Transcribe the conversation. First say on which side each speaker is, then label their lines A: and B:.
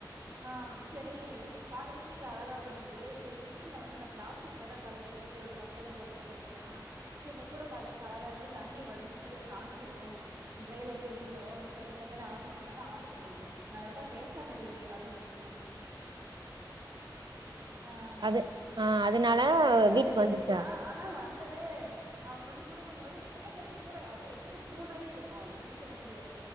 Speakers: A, on the right; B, on the right.
A: ஹம் செரி பாத்திர ஸ்டீல் அழகா வந்தது செரி கிச்சன்ல வந்து பிளாஸ்டிக்ல தான் கழுவி கழுவி டாப்ல தான் போட்டு போட்டு வைக்கிறனா சேரி இந்த கூட பாக்குறதுக்கு அழகா இருக்கு தண்ணி வடிஞ்சு சீக்கிரோ காஞ்சிறு ட்ரைல அப்டியே விழுந்துரும் சேரி இந்த மாதிரி ஆட்ரு பண்லாம்னு ஆட்ரு பண்ணிருந்தே நல்லவேல கேஷ் ஆன் டெலிவரி ஆட்ரு பண்ணி இருந்தேன் ஆஹ
B: அது ஆ அதனால
A: கேஷ் ஆன்
B: வீட்டுக்கு
A: டெலிவரி
B: வந்துச்சா
A: தான் ஆனா வந்த வந்து அவங்க வந்து குடுக்கும்போது எவ்ளோ பெரிய கூட அது எத்தனடி மூனடி இருக்கும் லென்த் வந்து